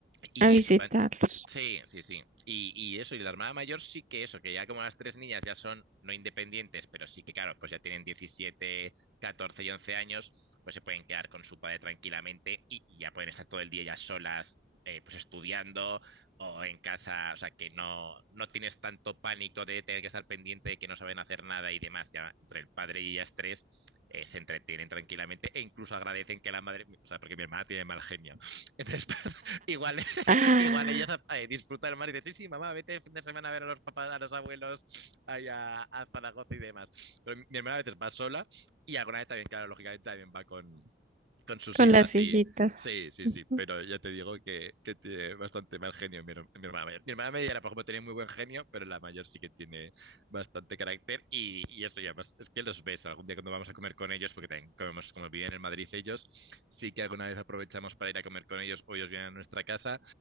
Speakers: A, on the right; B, on the right.
A: Y
B: a visitarlos.
A: eso, pa- sí, sí, sí. Y, y eso, y la hermana mayor sí que eso, que ya como las tres niñas ya son no independientes, pero sí que, claro, pues ya tienen 17 14 y 11 años, pues se pueden quedar con su padre tranquilamente y, y ya pueden estar todo el día ya solas, eh, pues estudiando o en casa, o sea, que no, no tienes tanto pánico de tener que estar pendiente de que no saben hacer nada y demás, ya entre el padre y ellas tres. eh, se entretienen tranquilamente e incluso agradecen que la madre, o sea, porque mi hermana tiene mal genio. <laughs> Entonces, <laughs> igual <laughs>
B: Ah,
A: Igual ellas a- eh, disfrutan disfrutar más y dicen, sí, sí, mamá, vete el fin de semana a ver a los papás, a los abuelos, allá a a Zaragoza y demás. Pero mi mi hermana a veces va sola y alguna vez también, claro, lógicamente también va con, con sus
B: con
A: hijas,
B: las
A: sí.
B: hijitas,
A: Sí, sí,
B: ujú.
A: sí. Pero ya te digo que, que tiene bastante mal genio mi, her- mi hermana mayor. Mi hermana mayor, por ejemplo, tenía muy buen genio, pero la mayor sí que tiene bastante carácter. Y, y eso ya, pues, es que los ves algún día cuando vamos a comer con ellos, porque también comemos, como viven en Madrid ellos, sí que alguna vez aprovechamos para ir a comer con ellos o ellos vienen a nuestra casa.